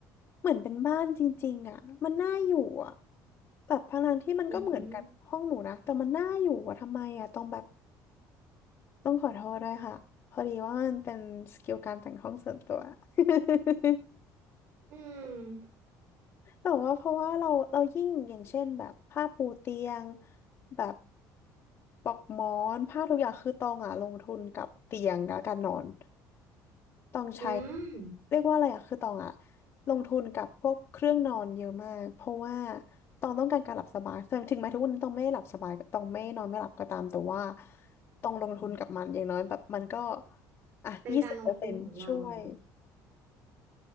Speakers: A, on the left; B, on the right.
A: เหมือนเป็นบ้านจริงๆอ่ะมันน่าอยู่อ่ะแบบทั้งๆที่มันก็เหมือนกับห้องหนูนะแต่มันน่าอยู่อ่ะทำไมอ่ะตองแบบ
B: อืม
A: ต้องขอโทษด้วยค่ะพอดีว่ามันเป็นสกิลการแต่งห้องส่วนตัว <laughs>
B: อืม
A: แต่ว่าเพราะว่าเราเรายิ่งอย่างเช่นแบบผ้าปูเตียงแบบปลอกหมอนผ้าทุกอย่างคือตองอ่ะลงทุนกับเตียงกับการนอนตองใช้
B: อืม
A: เรียกว่าอะไรอ่ะคือตองอ่ะลงทุนกับพวกเครื่องนอนเยอะมากเพราะว่าตองต้องการการหลับสบายถึงถึงแม้ทุกวันนี้ตองไม่ได้หลับสบายตองไม่นอนไม่หลับก็ตามแต่ว่าตองลงทุนกับมันอย่างน้อยแบบมันก็อ่ะยี่สิบเปอร์เซ็นต์ช่วย
B: เป็นการลงทุนของเราอะเนาะ